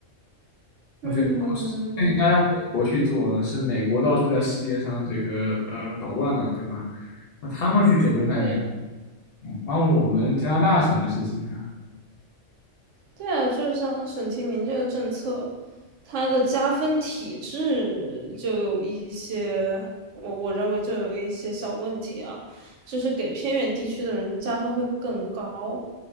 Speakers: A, on the left (about 60°); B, on the right (about 75°).
A: 我觉得
B: 嗯，
A: 这应该让美国去做，是美国到处在世界上这个呃捣乱呢，对吧？那他们去拯救难民，
B: 对呀。
A: 嗯关我们加拿大什么事情啊？
B: 对啊，就是像省提名这个政策，它的加分体制就有一些，我我认为就有一些小问题啊，就是给偏远地区的人加分会更高，